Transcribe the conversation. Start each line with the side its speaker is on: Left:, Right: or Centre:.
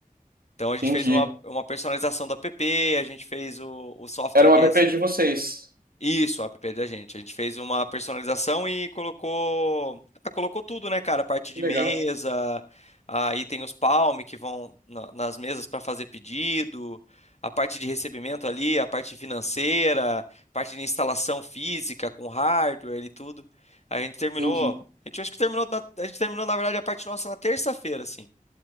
Left: Então a gente
Right: entendi.
Left: fez uma, uma personalização do app, a gente fez o, o software
Right: Era um
Left: de.
Right: app de vocês.
Left: Isso, o app da gente. A gente fez uma personalização e colocou, ah, colocou tudo, né, cara? Parte de
Right: Legal,
Left: mesa, aí tem os palme que vão na- nas mesas para fazer pedido, a parte de recebimento ali, a parte financeira, parte de instalação física com hardware e tudo. A gente terminou,
Right: entendi.
Left: a gente acho que terminou, na, a gente terminou na verdade a parte nossa na terça-feira, assim.